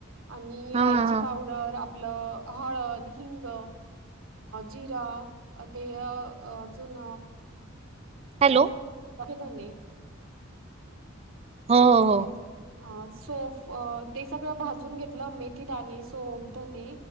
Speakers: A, on the right; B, on the right.
A: आणि
B: हा
A: राईची
B: हा हा
A: पावड डर आपलं हळद हिंग जिरा ते अ अजून
B: हॅलो
A: धने
B: हो हो
A: अ सोफ ते सगळं भाजून घेतलं मेथी दाणे सोफ धने